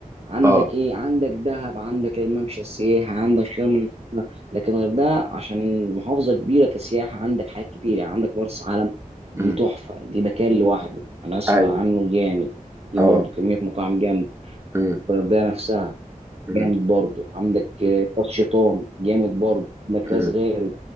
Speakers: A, on the right (about 45°); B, on the right (about 20°).
A: عندك
B: اه
A: ايه عندك دهب عندك الممشى السياحي عندك شرم الشيخ. لكن الغردقه عشان محافظه كبيره كسياحه عندك حاجات كتير يعني عندك مرسى علم دي
B: امم
A: تحفه دي مكان لوحده انا اسمع
B: ايوه
A: عنه جامد دي
B: اه
A: برضه كميه مطاعم جامد
B: امم
A: الغردقه نفسها
B: امم
A: جامد برضه عندك آه، راس شيطان جامد برضه عندك راس
B: امم
A: غارب